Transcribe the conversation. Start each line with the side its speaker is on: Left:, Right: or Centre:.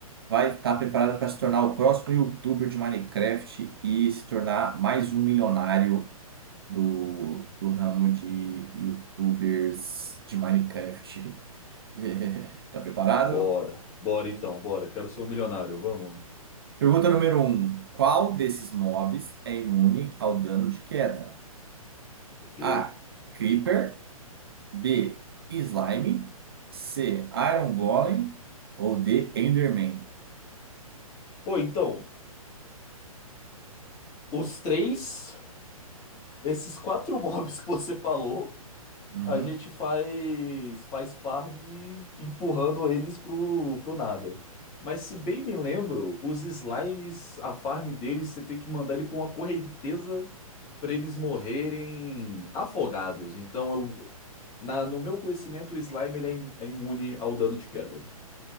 Right: vai estar preparado para se tornar o próximo YouTuber de Minecraft e se tornar mais um milionário do, do ramo de YouTubers de Minecraft. <laughs> Tá preparado?
Left: Bora, bora então, bora. Quero ser um milionário, vamos?
Right: Pergunta número um Qual desses mobs é imune ao dano de queda?
Left: Ok.
Right: A. Creeper. B. Slime. C. Iron Golem. Ou D. Enderman?
Left: Pô, então, os três, esses quatro <laughs> mobs que você falou,
Right: Uhum.
Left: A gente faz faz farm empurrando eles pro, pro nada. Mas se bem me lembro, os slimes, a farm deles, você tem que mandar ele pra uma correnteza pra eles morrerem afogados. Então eu na, no meu conhecimento, o slime ele é, im- é imune ao dano de queda.